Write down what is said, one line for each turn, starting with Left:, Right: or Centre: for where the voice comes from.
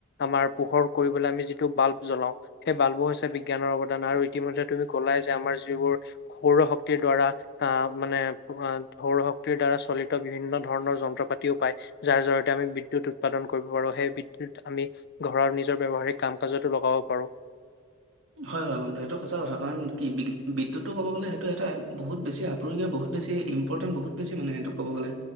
Left: আমাৰ পোহৰ কৰিবলৈ আমি যিটো বাল্ব জ্বলাও। সেই বালবোৰ হৈছে বিজ্ঞানৰ অৱদান আৰু ইতিমধ্যে তুমি ক'লাই যে আমাৰ যিবোৰ সৌৰ শক্তিৰ দ্বাৰা আহ মানে সৌৰ শক্তিৰ দ্বাৰা চলিত বিভিন্ন ধৰণৰ যন্ত্ৰ পাতিও পায়। যাৰ জৰিয়তে আমি বিদ্যুত উৎপাদন কৰিব পাৰো সেই বিদ্ুত আমি ঘৰৰ নিজৰ ব্যয়ৱসাৰিক কাম কাজতো লগাব <unintelligible>
Right: হয়, হয় বন্ধু এইটো সঁচা কথা কাৰণ কি বিদ্যুতটো ক'ব গ'লে সেইটো এটা বহুত বেছি আপুৰুগীয়া বহুত বেছি ইম্পৰ্টেট বহুত বেছি মানে এইেটো ক'ব গ'লে